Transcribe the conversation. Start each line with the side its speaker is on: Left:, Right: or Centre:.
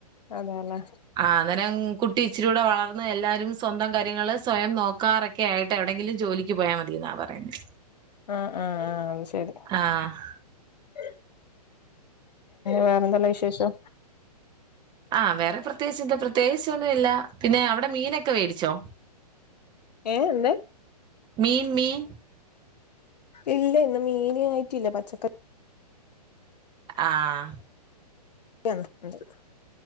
Left: അതെ ലെ
Right: ആ ന്നേരം കുട്ടി ഇച്ചിരൂടെ വളർന്ന് എല്ലാവരും സ്വന്തം കാര്യങ്ങൾ സ്വയം നോക്കാറൊക്കെ ആയിട്ട് എവിടെെങ്കിലും ജോലിക്ക് ക്ക്‌ പോയാ മതിയെ ന്നാ പറയുന്നെ
Left: ആ് ആഹ് ആ ശരി
Right: ആഹ്
Left: <unintelligible> വേറെന്തല്ല വിശേഷം
Right: ആ വേറെ പ്രത്യേകിച്ച് എന്താ പ്രത്യേകിച്ചൊന്നും ഇല്ല പിന്നെ അവിടെ മീനൊക്കെ മേടിച്ചോ
Left: ഏ എന്ത്‌
Right: മീൻ മീൻ
Left: ഇല്ല ഇന്ന് മീന് ആയിട്ടില്ല പച്ചക്ക
Right: ആഹ
Left: <unintelligible>